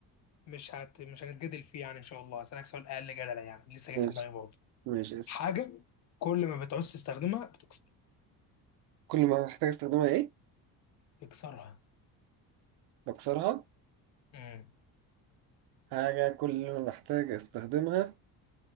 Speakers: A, on the left; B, on the right.
A: مش هت... مش هنتجادل فيه يعني ان شاء الله هسألك سؤال اقل جدلا يعني لسه جاي
B: ماشي
A: في دماغي برضه
B: ماشي اسأل.
A: حاجه كل ما بتعوز تستخدمها بتكسر
B: كل ما بحتاج استخدمها ايه
A: تكسرها
B: بكسرها
A: امم
B: حاجه كل ما بحتاج استخدمها